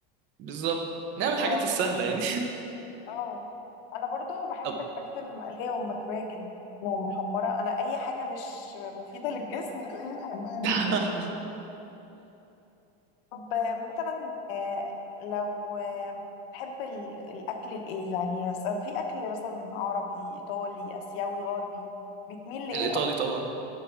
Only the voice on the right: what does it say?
بالظبط نعمل الحاجات
السهله يعني
<laughs>
طب
<laughs>
الايطالي
طبعا